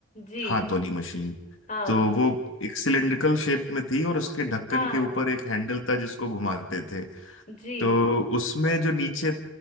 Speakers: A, on the left (about 40°); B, on the left (about 80°).
A: जी
B: हाथ वाली मशीन
A: हाँ
B: तो वो एक सिलेंड्रिकल शेप में थी और उसके ढक्कन
A: हाँ
B: के ऊपर एक हैंडल था जिसको घुमाते थे
A: जी
B: तो उसमें जो नीचे